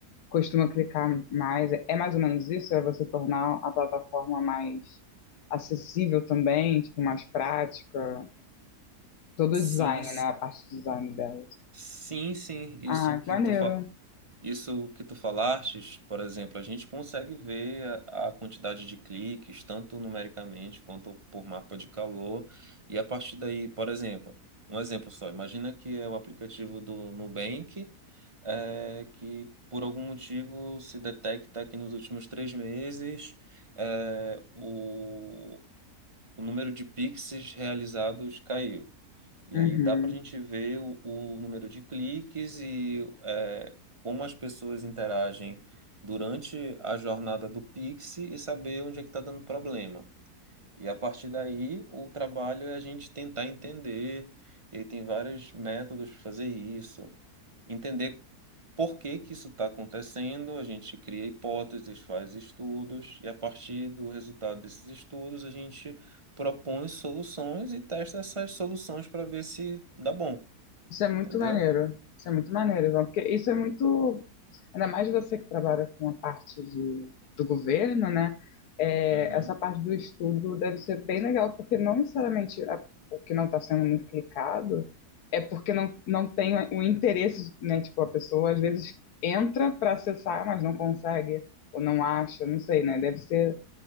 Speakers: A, on the left; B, on the right.
A: costuma clicar mais. É mais ou menos isso? É você tornar a plataforma mais acessível também, tipo, mais prática. Todo
B: Sim,
A: o design, né? A parte de design delas.
B: Sim, sim, isso
A: Ah,
B: que
A: que maneiro.
B: tu fa... isso que tu falastes, por exemplo, a gente consegue ver a a quantidade de cliques, tanto numericamente quanto por mapa de calor, e a partir daí, por exemplo, um exemplo só, imagina que é o aplicativo do Nubank, é, que por algum motivo se detecta que nos últimos três meses é, o... o número de Pix realizados caiu. E
A: Uhum.
B: aí dá para a gente ver o, o número de cliques e é, como as pessoas interagem durante a jornada do Pix e saber onde é que está dando problema. E a partir daí, o trabalho é a gente tentar entender, e tem vários métodos para fazer isso, entender por que que isso está acontecendo, a gente cria hipóteses, faz estudos, e a partir do resultado desses estudos, a gente propõe soluções e testa essas soluções para ver se dá bom,
A: Isso é muito
B: entendeu?
A: maneiro. Isso é muito maneiro, Ivan, porque isso é muito Ainda mais você que trabalha com a parte de, do governo, né? É,
B: Uhum.
A: essa parte do estudo deve ser bem legal, porque não necessariamente a- o que não está sendo muito clicado é porque não, não tem o interesse, né? Tipo, a pessoa às vezes entra para acessar, mas não consegue, ou não acha, não sei, né? Deve ser,